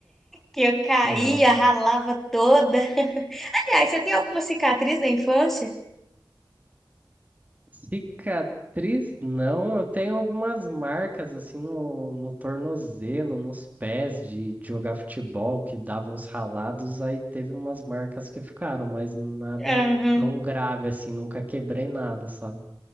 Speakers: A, in the centre; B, on the right.
A: Que eu caía,
B: não
A: ralava toda. Aliás, você tem alguma cicatriz da infância?
B: Cicatriz? Não, eu tenho algumas marcas assim no, no tornozelo, nos pés de, de jogar futebol que davam uns ralados, aí teve umas marcas que ficaram, mas nada
A: Aham,
B: tão grave assim, nunca quebrei nada, sabe?